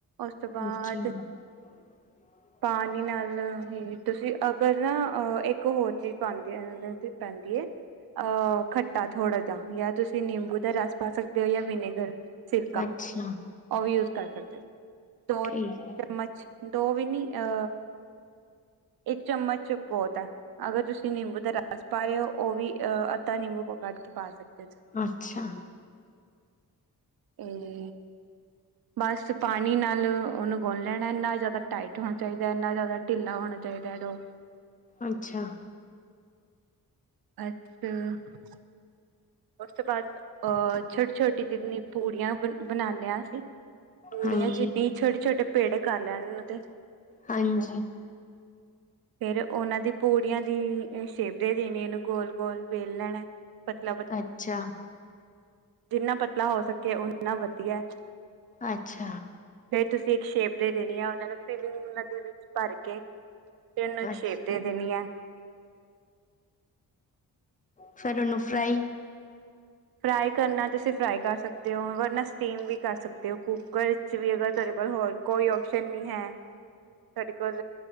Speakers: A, on the right; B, on the left.
A: ਉਸ ਤੋਂ ਬਾਅਦ
B: ਅੱਛਾ <inaudible>
A: ਪਾਣੀ ਨਾਲ ਹੀ ਤੁਸੀਂ ਅਗਰ ਨਾ ਅਹ ਇੱਕ ਹੋਰ ਚੀਜ਼ ਪਾਉਂਦੀ ਪੈਂਦੀ ਹੈ। ਖੱਟਾ ਥੋੜ੍ਹਾ ਜਿਹਾ ਜਾਂ ਤੁਸੀਂ ਨਿੰਬੂ ਦਾ ਰਸ ਪਾ ਸਕਦੇ ਹੋ ਜਾਂ ਵਿਨੇਗਰ ਸਿਰਕਾ
B: ਅੱਛਾ
A: ਉਹ ਵੀ ਯੂਜ ਕਰ ਸਕਦੇ ਦੋ
B: ਠੀਕ
A: ਚਮਚ
B: ਹੈ
A: ਦੋ ਵੀ ਨੀ ਅ ਇੱਕ ਚਮਚ ਬਹੁਤ ਹੈ ਅਗਰ ਤੁਸੀਂ ਨੀੰਬੂ ਦਾ ਬੱਸ ਪਾ ਰਹੇ ਹੋ ਉਹ ਵੀ ਅਹ ਅੱਧਾ ਨੀੰਬੂ ਪ ਕੱਟ ਕੇ ਪਾ ਸਕਦੇ ਹੋ ਤੁ
B: ਅੱਛਾ।
A: ਏ ਰੇ। ਬਸ ਪਾਣੀ ਨਾਲ ਉਹਨੂੰ ਗੁੰਣ ਲੈਣਾ ਇੰਨਾ, ਨਾ ਜ਼ਿਆਦਾ ਟਾਈਟ ਹੋਣਾ ਚਾਹੀਦਾ ਨਾ ਜ਼ਿਆਦਾ ਢਿੱਲਾ ਹੋਣਾ ਚਾਹੀਦਾ ਡੋ।
B: ਅੱਛਾ।
A: <unintelligible> ਉਸ ਤੋਂ ਬਾਅਦ ਅਹ ਛੋਟੀ-ਛੋਟੀ ਜਿੰਨੀ ਪੂੜੀਆਂ ਬ ਬਣਾਉਨੇ ਹਾਂ ਅਸੀਂ। ਪੂੜੀਆਂ
B: ਹਾਂਜੀ
A: ਜਿੱਡੀ ਛੋਟੇ-ਛੋਟੇ ਪੇੜੇ ਕਰ ਲੈਣ ਉਹ ਦੇ।
B: ਹਾਂਜੀ।
A: ਫਿਰ ਉਹਨਾਂ ਦੀ ਪੂੜੀਆਂ ਦੀ ਸ਼ੇਪ ਦੇ ਦੇਣੀ ਉਹਨੂੰ ਗੋਲ ਗੋਲ ਵੇਲ ਲੈਣਾ। ਮਤਲਬ।
B: ਅੱਛਾ।
A: ਜਿੰਨਾ ਪਤਲਾ ਹੋ ਸਕੇ ਉੱਨਾ ਵੱਧੀਆ।
B: ਅੱਛਾ।
A: ਫਰ ਤੁਸੀਂ ਇੱਕ ਸ਼ੇਪ ਦੇ ਦੇਣੀ ਆ ਉਹਨਾਂ ਨੂੰ ਫਿਲਿੰਗ ਉਹ ਦੇ ਵਿੱਚ ਭਰ ਕੇ ਫ ਇਹਨੂੰ ਇੱਕ
B: ਅੱਛ
A: ਸ਼ੇਪ ਦੇ ਦੇਣੀ ਹੈ।
B: ਫਿਰ ਉਹਨੂੰ ਫਰਾਈ
A: ਫਰਾਈ ਕਰਨਾ ਤੁਸੀਂ ਫਰਾਈ ਕਰ ਸਕਦੇ ਹੋ ਕਰਨਾ ਸਟੀਮ ਵੀ ਕਰ ਸਕਦੇ ਹੋ ਕੁੂੱਕਰ 'ਚ ਵੀ ਅਗਰ ਤੁਹਾਡੇ ਕੋਲ ਹੋਰ ਕੋਈ ਔਪਸ਼ਨ ਨਹੀਂ ਹੈ।
B: ਹ।
A: ਤੁਹਾਡੇ ਕੋਲ